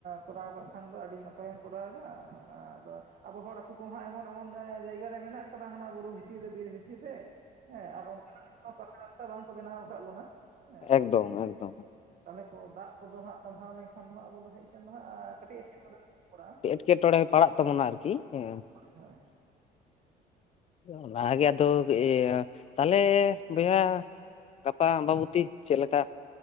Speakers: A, on the right; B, on the left.
A: ᱠᱚᱨᱟᱣ ᱠᱟᱜ ᱠᱷᱟᱱ ᱫᱚ ᱟᱹᱰᱤ ᱱᱟᱯᱟᱭᱮᱢ ᱠᱚᱨᱟᱣᱮᱫᱟ ᱟᱫᱚ ᱟᱵᱚ ᱦᱚᱲ, ᱟᱹᱛᱩ ᱠᱚᱦᱚ ᱮᱢᱚᱱ ᱮᱢᱚᱱ ᱡᱟᱭᱜᱟ ᱨᱮ ᱢᱮᱱᱟᱜ ᱠᱟᱫᱟ ᱦᱟᱱᱟ ᱵᱩᱨᱩ ᱵᱷᱤᱛᱤᱨ ᱨᱮ ᱵᱤᱨ ᱵᱷᱤᱛᱤᱨ ᱨᱮ, ᱦᱮᱸ ᱟᱨ ᱚᱱᱠᱟ ᱞᱮᱠᱟ ᱯᱟᱠᱟ ᱨᱟᱥᱛᱟ ᱵᱟᱝ ᱠᱚ ᱵᱮᱱᱟᱣ ᱠᱟᱜ ᱵᱚᱱᱟ᱾ ᱦᱮᱸ
B: ᱮᱠᱫᱚᱢ ᱮᱠᱫᱚᱢ᱾
A: ᱛᱟᱦᱚᱞᱮ ᱠᱚ ᱫᱟᱜ ᱠᱚᱫᱚ ᱦᱟᱸᱜ ᱛᱟᱢᱵᱷᱟᱹᱣ ᱞᱮᱱᱠᱷᱟᱱ ᱫᱚ ᱦᱟᱸᱜ, ᱟᱵᱚ ᱫᱚ ᱦᱮᱡ ᱥᱮᱱ ᱫᱚ ᱦᱟᱸᱜ ᱠᱟᱹᱴᱤᱡ ᱮᱸᱴᱠᱮᱴᱚᱬᱮᱸ ᱨᱮᱵᱚᱱ ᱯᱟᱲᱟᱜᱼᱟ ᱾
B: ᱮᱸᱴᱠᱮᱴᱚᱬᱮᱸ ᱯᱟᱲᱟᱜ ᱛᱟᱵᱚᱱᱟ ᱟᱨᱠᱤ ᱦᱮᱸ ᱾
A: ᱦᱳᱭ
B: ᱚᱱᱟᱜᱮ ᱟᱫᱚ ᱤᱭᱟᱹ ᱛᱟᱦᱚᱞᱮ ᱵᱚᱭᱦᱟ ᱜᱟᱯᱟ ᱟᱢᱵᱟᱵᱩᱛᱤ ᱪᱮᱫ ᱞᱮᱠᱟ?